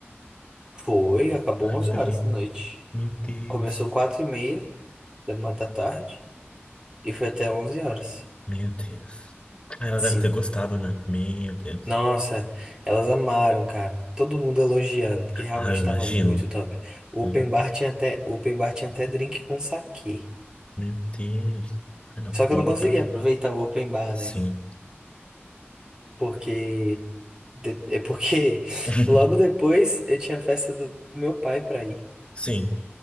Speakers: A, on the right; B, on the left.
A: foi, acabou
B: Ai,
A: 11
B: que delícia.
A: horas da noite.
B: Meu Deus.
A: Começou 4 e meia da ma- da tarde e foi até 11 horas.
B: Meu Deus. Ah, Ela
A: Sim.
B: deve ter gostado, né? Meu Deus.
A: Nossa, elas amaram, cara. Todo mundo elogiando, porque realmente
B: Ah, eu imagino.
A: tava muito top. O
B: Uhum.
A: open bar tinha até, o open bar tinha até drink com saquê.
B: Meu Deus. Ah, não.
A: Só
B: Outro.
A: que eu não consegui aproveitar o open bar,
B: Sim.
A: né? Porque. de- É porque <laughs>
B: <laughs>
A: logo depois eu tinha a festa do meu pai pra ir.
B: Sim.